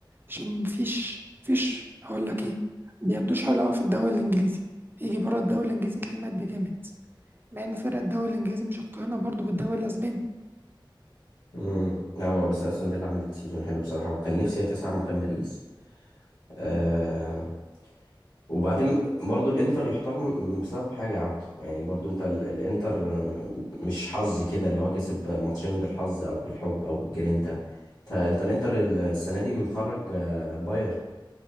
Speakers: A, on the right (about 25°); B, on the left (about 60°).
A: عشان مفيش فيش اقول لك ايه بيدوش حلو قوي في الدوري الانجليزي يجي بره الدوري الانجليزي تلاقيه مات بجامد مع ان فرق الدوري الانجليزي مش هتقارنها برضه بالدوري الاسباني
B: امم لا هو بس استون فيلا عملت سيزون حلو بصراحه وكان نفسي هي تصعد مكان باريس آه وبعدين برضو الانتر يحترم بسبب حاجه يا عبده يعني برضو انت ال- الانتر مش حظ كده اللي هو كسب ماتشين بالحظ او بالحب او بالجرينتا انت انت الانتر السنه دي مخرج آه، بايرن